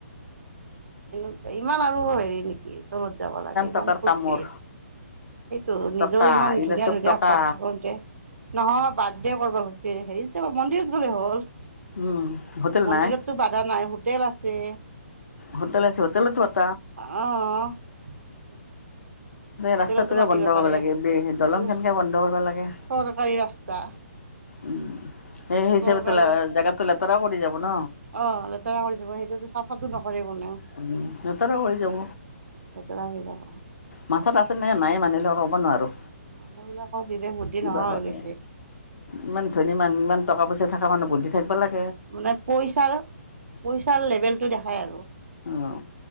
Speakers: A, on the right (about 65°); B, on the left (about 65°).
A: এনেকুৱা ইমান আৰু হেৰি নেকি তলত যাব লাগে ইমান
B: টকাৰ
A: ফূুৰ্তি
B: কামৰ
A: এইটো নিজৰ
B: টকা
A: ইমান
B: এইগিলা
A: ধুনীয়া
B: চব
A: ধুনীয়া
B: টকা
A: ঘৰত থাকোতে নহয় বাৰ্থডে কৰিব খুজিছে হেৰি মন্দিৰত গ'লে হ'ল
B: উম, হোটেল
A: মন্দিৰতটো
B: নাই,
A: বাধা নাই হোটেল আছে
B: হোটেল আছে হোটেল ত
A: অ হোটেলতো
B: ৰাস্তাতোকে
A: পাতিব
B: বন্ধ
A: পাৰে
B: কৰিব লাগে দলং
A: এইটো
B: খনকে বন্ধ কৰিব লাগে
A: চৰকাৰী ৰাস্তা
B: উম সেই হিচাপেও
A: চৰকাৰৰ
B: জেগাতো লেতেৰাও কৰি যাব ন।
A: অ লেতেৰা কৰি যাব সেইটোতো চাফাটো নকৰে কোনেও
B: উম লেতেৰা কৰি যাব
A: লেতেৰা হৈ যাব
B: মাথাত আছে নে নাই মানুহিলে ক'ব নোৱাৰোঁ
A: মানুহবিলাকৰ বিবেক বুদ্ধি
B: কিবা
A: নোহোৱা
B: কৰে
A: হৈ গৈছে
B: ইমান ধনী মানু্হ ইমান টকা পইচা থকা মানুহ বুদ্ধি থাকিব লাগে
A: মানে পইচাৰ পইচাৰ লেভেল টো দেখায় আৰু
B: অঁ।